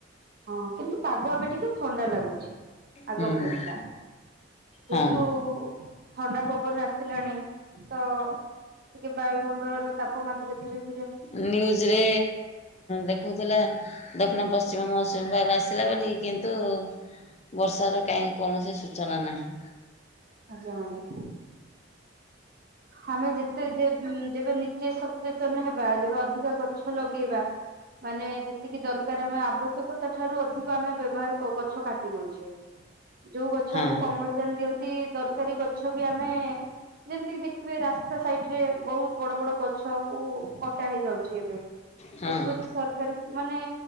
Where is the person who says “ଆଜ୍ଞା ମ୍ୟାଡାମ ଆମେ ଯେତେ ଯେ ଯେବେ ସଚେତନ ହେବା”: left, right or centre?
Right